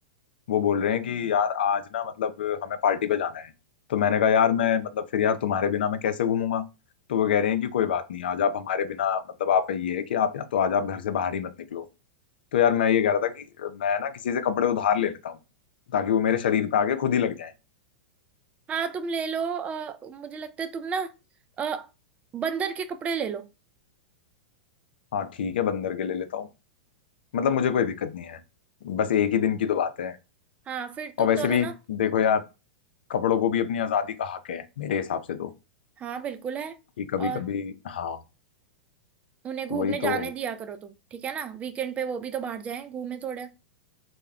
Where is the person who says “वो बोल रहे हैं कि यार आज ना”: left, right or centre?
Left